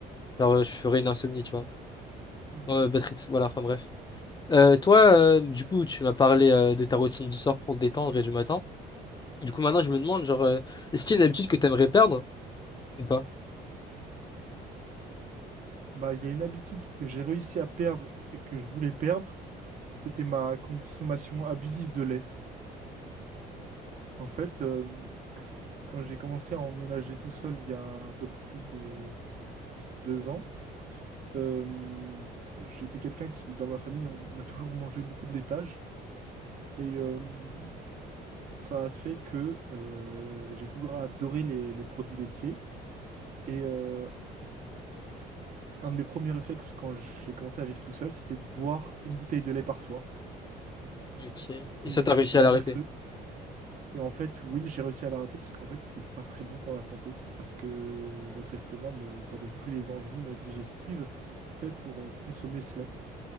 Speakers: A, on the left; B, on the right.
A: Alors, euh, je ferai une insomnie, tu vois.
B: Hmm, ok.
A: Ouais, Patrick, voilà, enfin bref. Euh, toi, euh, du coup, tu m'as parlé euh, de ta routine du soir pour te détendre et du matin. Du coup, maintenant, je me demande, genre, euh, est-ce qu'il y a une habitude que t'aimerais perdre ou pas?
B: Bah, il y a une habitude que j'ai réussi à perdre et que je voulais perdre, c'était ma consommation abusive de lait. En fait, euh, Quand j'ai commencé à emménager tout seul il y a un peu plus de deux ans, euh, j'étais quelqu'un qui, dans ma famille, on a toujours mangé beaucoup de laitage. Et euh, ça a fait que euh, j'ai toujours adoré les, les produits laitiers. Et euh, un de mes premiers réflexes quand j'ai commencé à vivre tout seul, c'était de boire une bouteille de lait par soir,
A: Ok. Et
B: mais
A: ça, t'as réussi
B: de manière
A: à l'arrêter.
B: crue. Et en fait, oui, j'ai réussi à l'arrêter parce qu'en fait, c'est pas très bon pour la santé. Parce que notre estomac ne fabrique plus les enzymes digestives faites pour euh, consommer ce lait.